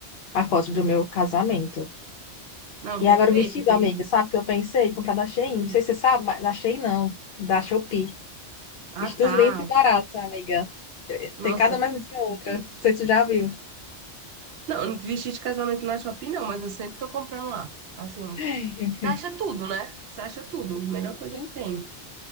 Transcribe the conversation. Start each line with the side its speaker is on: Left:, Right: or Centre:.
Left: a foto do meu casamento.
Right: Não,
Left: E
Right: perfeito,
Left: agora o vestido,
Right: querido.
Left: amiga, sabe o que eu pensei? Comprar da Shein.
Right: Hum.
Left: Não sei se você sabe, mas da Shein não, da Shopee.
Right: Ah,
Left: Vestidos
Right: tá.
Left: lindos e baratos, amiga.
Right: Nossa,
Left: Tem cada um mais bonito que a outra.
Right: perfeito.
Left: Não sei se tu já viu.
Right: Não, não vestido de casamento na Shopee não, mas eu sempre tô comprando lá. Assim,
Left: <laughs>
Right: você acha tudo, né? Você acha tudo. Melhor coisa
Left: Sim,
Right: que tem.